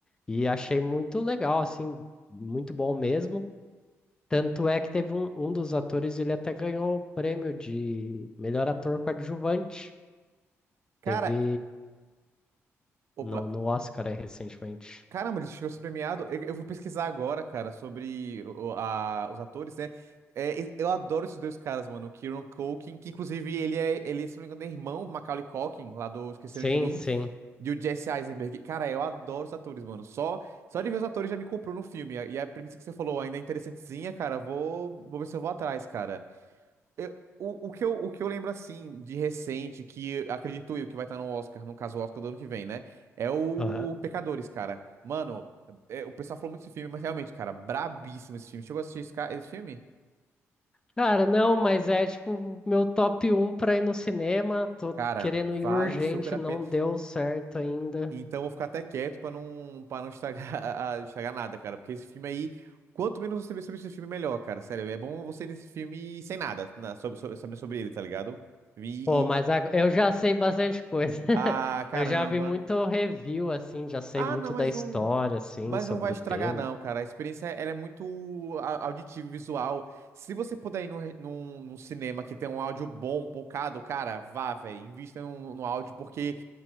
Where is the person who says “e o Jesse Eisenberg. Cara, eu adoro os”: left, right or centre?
Right